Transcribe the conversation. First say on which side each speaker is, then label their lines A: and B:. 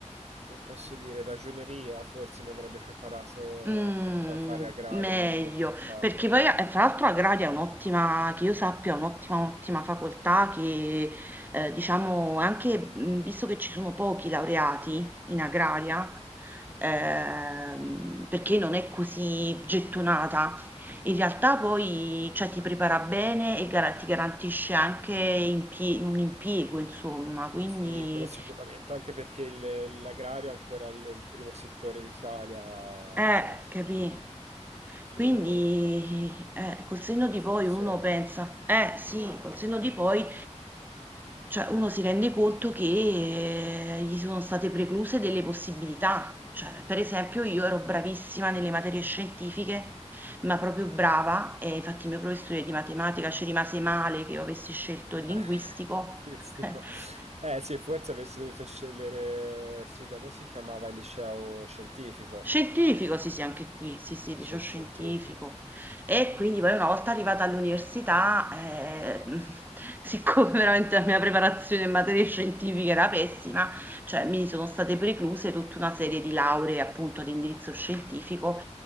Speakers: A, on the right; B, on the right.
A: come posso dire, ragioneria, forse mi avrebbe preparato
B: Mhmm,
A: per poi fare agraria
B: meglio,
A: all'università.
B: perché poi a e fra l'altro agraria è un'ottima che io sappia è un'ottima, ottima facoltà che, ehm, diciamo anche, mhmm, visto che ci sono pochi laureati in agraria, ehm, perché non è così gettonata, in realtà poi, cioè ti prepara bene e gara ti garantisce anche impie un impiego insomma, quindi
A: Sì, quello sicuramente, anche perché il- l'agrario è ancora il, il primo settore in Italia,
B: Eh,
A: cioè,
B: capì?
A: che,
B: Quindi, eh, col senno
A: che
B: di
A: funziona.
B: poi uno pensa, eh sì, col senno di poi, cioè uno si rende conto che eh, gli sono state precluse delle possibilità. Cioè, per esempio, io ero bravissima nelle materie scientifiche, ma proprio brava, e infatti il mio professore di matematica ci rimase male che io avessi scelto il linguistico.
A: <laughs> Queste
B: <laughs>
A: qua. Eh sì, forse avessi dovuto scegliere, sì, da noi si chiamava il liceo scientifico,
B: Scientifico, sì, sì, anche qui, sì, sì,
A: liceo
B: liceo scientifico.
A: scientifico.
B: E quindi poi una volta arrivata all'università, eh, <laughs> siccome veramente la mia preparazione in materie scientifiche era pessima, cioè mi sono state precluse tutta una serie di lauree appunto di indirizzo scientifico.